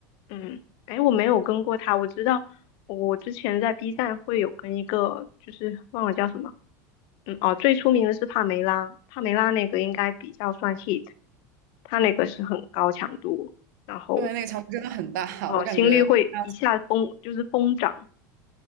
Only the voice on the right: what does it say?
对，那个强度真的很大，
我感觉拍他